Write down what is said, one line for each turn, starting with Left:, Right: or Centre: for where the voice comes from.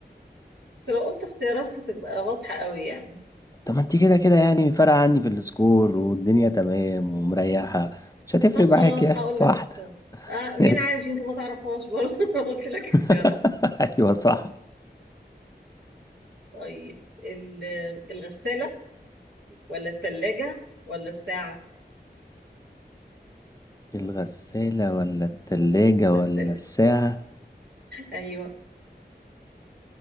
Right: بس لو قلت اختيارات هتبقى واضحة قوي يعني
Left: طب ما انت كده كده يعني فارقة عني في السكور والدنيا تمام ومريحة مش هتفرق
Right: طب خلاص
Left: معاك يعني
Right: هقول
Left: في
Right: لك
Left: واحدة
Right: اختيارات آه مين
Left: ماشي
Right: عارف يمكن ما تعرفهاش برضه <laughs> لو قلت لك
Left: <laughs>
Right: اختيارات
Left: ايوه صح
Right: طيب ال- الغسالة ولا التلاجة ولا الساعة
Left: الغسالة ولا التلاجة
Right: ولا
Left: ولا
Right: التل
Left: الساعة
Right: أيوة